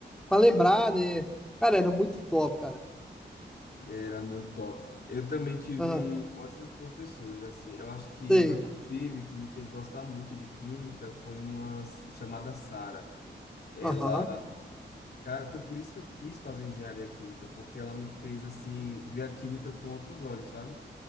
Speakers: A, in the centre; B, on the left.
A: pra lembrar, né? Cara, era muito top, cara.
B: Era muito top. Eu também tive
A: Ah,
B: ótimos professores, assim. Eu acho que
A: sei.
B: uma que eu tive que me fez gostar muito de química foi uma s- chamada Sara. Ela,
A: Aham,
B: cara, foi por isso que eu quis fazer engenharia química, porque ela me fez, assim, ver a química com outros olhos, sabe?